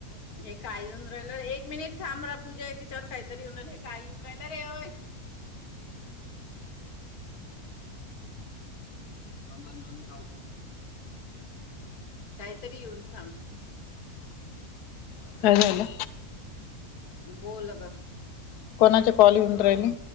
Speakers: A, on the left; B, on the left.
A: पण हे काय येऊन राहिल एक मिनिट थांब रा पूजािच्यावर काहीतरी येऊन हे काय येऊन कॅमेरा आहे होय. द काहीतरी येऊन सांग
B: काय झालं.
A: बोल ग
B: कोणाचे कॉल एऊन राहिली.